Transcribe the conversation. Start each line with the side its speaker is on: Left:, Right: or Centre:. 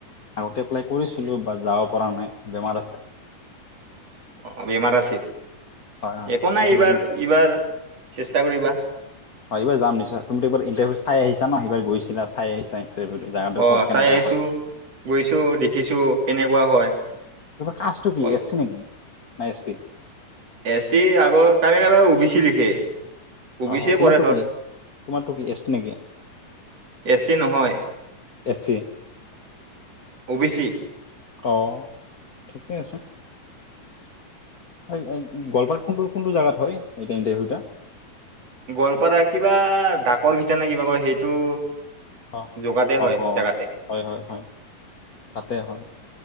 Left: আগতে এপ্লাই কৰিছিলোঁ বা যাব পৰা নাই, বেমাৰ আছে।
Right: অ বেমাৰ আছিল,
Left: হয় হয়
Right: একো নাই এইবাৰ এইবাৰ চেষ্টা কৰিবা।
Left: হয় এইবাৰ যাম নিশ্চয়, তুমিতো এইবাৰ ইণ্টাৰভিউ চাই আহিছা ন এইবাৰ গৈছিলা চাই আহিছা ইণ্টাৰভিউটো জাগাটো
Right: অ
Left: ক'ত কেনেকা
Right: চাই আহিছো,
Left: হয়
Right: গৈছো, দেখিছো কেনেকুৱা হয়,
Left: তোমাৰ কাষ্টটো কি
Right: অলপ
Left: এছ চি নেকি না এছ টি?
Right: এছ টি আগৰ, কাৰে কাবাৰ ও বি চি লিখে। ও
Left: অ
Right: বি চি
Left: তোমাৰটো
Right: পৰে ধৰ,
Left: কি তোমাৰটো কি এছ টি নেকি
Right: এছ টি নহয়,
Left: S C
Right: O B C.
Left: অ, ঠিকে আছে। এ এ, গোৱালপাৰাৰ কোনটো কোনটো জেগাত হয়, এইটা ইণ্টাৰ্ভিও টা?
Right: গোৱালপাৰা কিবা, ডাকৰ ভিতা নে কিবা কয় সেইটো
Left: অ,
Right: জগাতে হয়
Left: অ অ,
Right: জেগাতে
Left: হয় হয় হয় তাতে হয়,